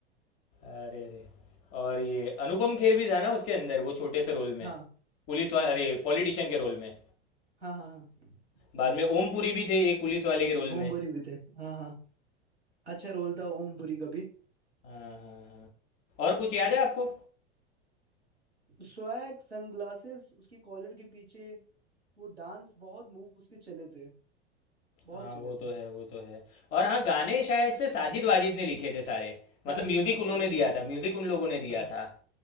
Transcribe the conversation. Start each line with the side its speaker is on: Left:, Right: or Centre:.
Left: अरे रे और ये अनुपम खेर भी था ना उसके अंदर वो छोटे से रोल में
Right: हाँ
Left: पुलिस वाले
Right: हाँ
Left: अरे
Right: हाँ
Left: पॉलिटिशियन के रोल में
Right: हाँ हाँ हाँ
Left: बाद में ओम पुरी भी थे एक पुलिस वाले के रोल
Right: ओमपुरी
Left: में
Right: भी थे हाँ हाँ अच्छा रोल था ओमपुरी का भी
Left: हाँ हाँ हाँ और कुछ याद है आपको
Right: स्वैग सनग्लासेस उसकी कॉलर के पीछे वो डांस बहुत मूव उसके चले थे बहुत
Left: हाँ
Right: चले
Left: वो
Right: थे
Left: तो है वो तो है और हाँ गाने शायद से साजिद वाजिद ने लिखे थे सारे
Right: साजिद
Left: मतलब म्यूजिक
Right: हाँ साजिद
Left: उन्होंने
Right: वाली
Left: दिया था म्यूजिक उन लोगों ने दिया
Right: हाँ
Left: था